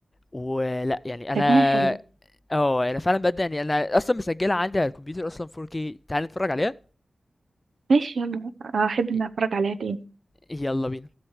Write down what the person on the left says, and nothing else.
ولا يعني انا
اه انا فعلا بجد يعني انا اصلا مسجلها عندي على الكمبيوتر اصلا 4K تعال نتفرج عليها
ي-
يلا بينا